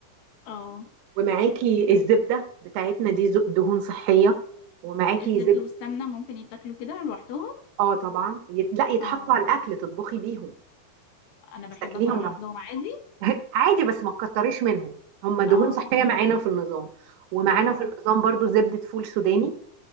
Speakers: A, on the left; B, on the right.
A: اه
B: ومعاكي الزبدة بتاعتنا دي ز- دهون صحية ومعاكي
A: الزبدة
B: زبدة
A: والسمنة ممكن يتاكلوا كده لوحدهم
B: اه طبعا يت... لا يتحطوا
A: اه
B: على الأكل تطبخي بيهم
A: انا بحب
B: مش تاكليهم
A: اكلهم
B: لوحدك.
A: لوحدهم عادي
B: <laughs> عادي بس ما تكتريش منهم هم دهون
A: اه
B: صحية معانا في النظام ومعانا
A: اه
B: في النظام برضو زبدة فول سوداني